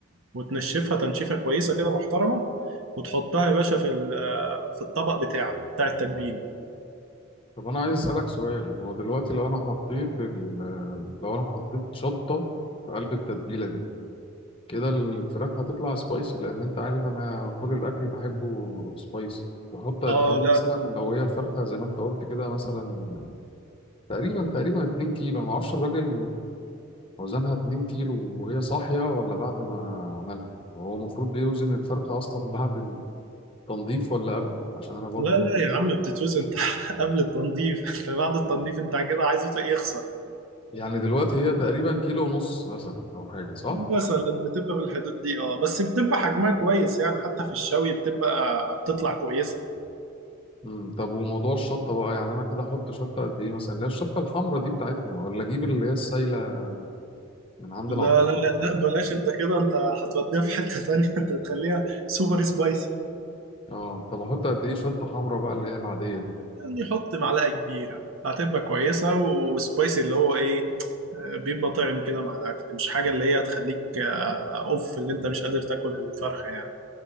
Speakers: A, on the right (about 85°); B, on the left (about 25°).
A: وتنشفها تنشيفة كويسة كده محترمة وتحطها يا باشا في ال- آه، في الطبق بتاعك بتاع التتبيلة
B: طب انا عايز اسالك سؤال هو دلوقتي لو انا حطيت ال... لو انا حطيت شطه في قلب التتبيله دي كده الفراخ هتطلع سبايسي لان انت عارف انا كل الاكل بحبه سبايسي بحط قد
A: اه
B: ايه
A: لا
B: مثلا لو هي الفرخه زي ما انت قلت كده مثلا تقريبا تقريبا 2 كيلو انا ما اعرفش الراجل وزنها 2 كيلو وهي صاحيه ولا بعد ما عملها هو المفروض بيوزن الفرخه <laughs> اصلا بعد التنظيف ولا قبل عشان انا برضو
A: لا لا يا عم بتتوزن انت <laughs> قبل التنظيف <laughs> انت بعد التنظيف انت كده عايزه يخسر
B: يعني دلوقتي هي تقريبا كيلو ونص مثلا او حاجه صح
A: مثلا بتبقى في الحدود دي اه بس بتبقى حجمها كويس يعني حتى في الشوي بتبقى بتطلع كويسة
B: مم. طب وموضوع الشطه بقى يعني انا كده احط شطه قد ايه مثلا اللي هي الشطه الحمراء دي بتاعتنا ولا اجيب اللي هي السايله من عند
A: لا
B: العطار
A: لا لا لا بلاش انت كده انت هتوديها في حتة تانية <laughs> انت تخليها سوبر سبايسي
B: اه طب احط قد ايه شطه حمراء بقى اللي هي العاديه دي
A: يعني حط معلقة كبيرة هتبقى كويسة وسبايسي اللي هو ايه آه، بيبقى طعم كده مع الاكل مش حاجة اللي هي تخليك آه، اوف اللي انت مش قادر تاكل الفرخة يعني